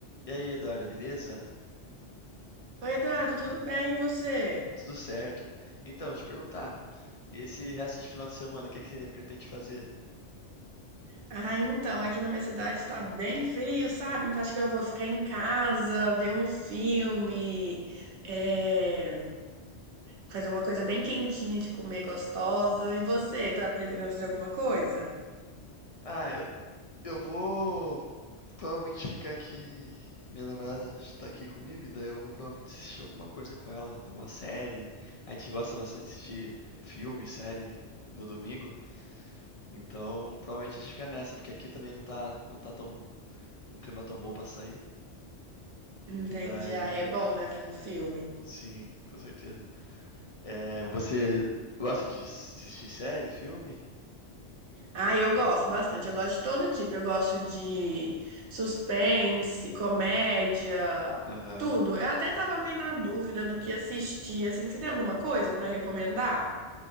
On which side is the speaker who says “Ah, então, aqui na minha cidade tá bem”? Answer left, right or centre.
Right